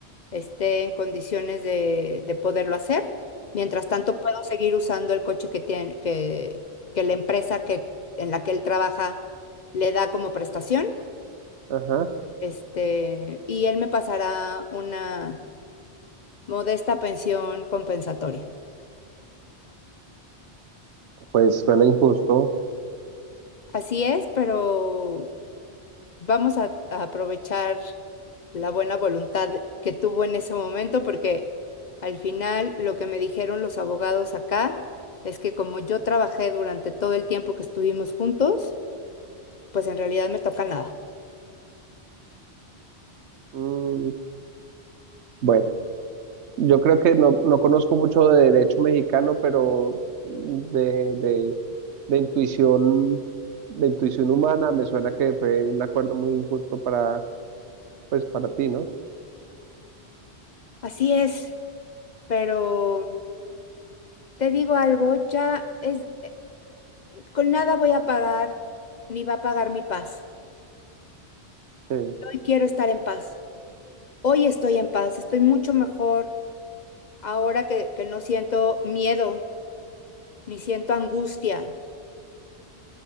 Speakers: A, on the left; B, on the right.
A: esté en condiciones de, de poderlo hacer. Mientras tanto, puedo seguir usando el coche que tiene, que, que la empresa que, en la que él trabaja le da como prestación.
B: ajá,
A: Este, y él me pasará una modesta pensión compensatoria.
B: pues suena injusto.
A: Así es, pero vamos a, a aprovechar la buena voluntad que tuvo en ese momento, porque al final lo que me dijeron los abogados acá es que como yo trabajé durante todo el tiempo que estuvimos juntos, pues en realidad me toca nada.
B: Mm, bueno, yo creo que no, no conozco mucho de derecho mexicano, pero de, de, de intuición, de intuición humana me suena que fue un acuerdo muy injusto para, pues para ti, ¿no?
A: Así es, pero te digo algo, ya es, con nada voy a pagar ni va a pagar mi paz.
B: Sí.
A: Hoy quiero estar en paz. Hoy estoy en paz, estoy mucho mejor ahora que, que no siento miedo ni siento angustia.